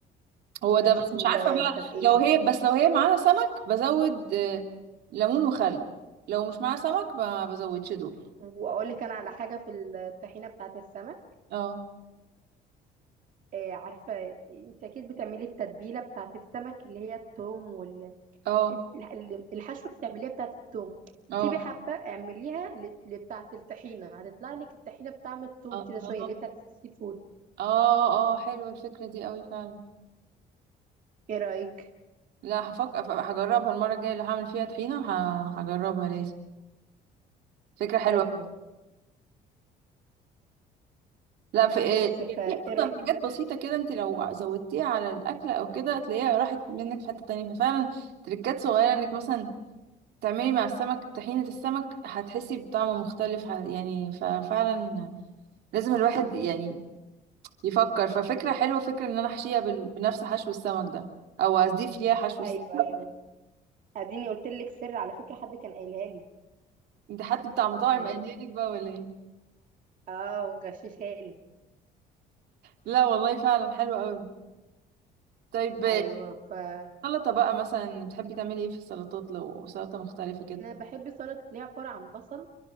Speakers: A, on the right; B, on the right.
A: هو
B: بس
A: ده بس مش عارفة
B: و
A: بقى
B: طب ايه
A: لو هي بس لو هي معاها سمك بزود آه، ليمون وخل لو مش معاها سمك ما بزودش دول
B: واقول لك انا على حاجه في الطحينه بتاعه السمك
A: اه
B: إيه عارفه انت اكيد بتعملي التتبيله بتاعه السمك اللي هي الثوم وال
A: اه
B: ال- الحشوه بتعمليها بتاعه الثوم
A: اه
B: سيبي حبه اعمليها ل- لبتاعه الطحينه هتطلع لك الطحينه بطعم الثوم
A: الله
B: كده شويه اللي هي بتاعه السي فود
A: اه اه حلوة الفكرة دي قوي فعلا
B: ايه رايك
A: لا هفكر هجربها المرة الجاية اللي هعمل فيها طحينة ه- هجربها لازم فكرة حلوة
B: ايوه
A: لا في إيه،
B: بس فا
A: في
B: ايه رأي-
A: اصلا حاجات بسيطة كده انت لو زودتيها على الأكلة او كده تلاقيها راحت منك في حتة تانية ففعلا تريكات صغيرة انك مثلا تعملي مع السمك طحينة السمك هتحسي بطعم مختلف ه- يعني ففعلا لازم الواحد يعني يفكر ففكرة حلوة فكرة ان انا احشيها بال- بنفس حشو السمك ده او اضيف ليها حشو السمك
B: ايوه ايوه اديني قلت لك سر على فكره حد كان قايلها لي
A: ده حد بتاع مطاعم
B: يعني
A: قايلها لك بقى ولا ايه
B: اه وغششها لي
A: لا والله فعلا حلو قوي طيب
B: ايوه فانا
A: سلطة بقى مثلا بتحبي تعملي ايه في السلطات لو سلطة مختلفة كده
B: بحب السلطه اللي هي عباره عن بصل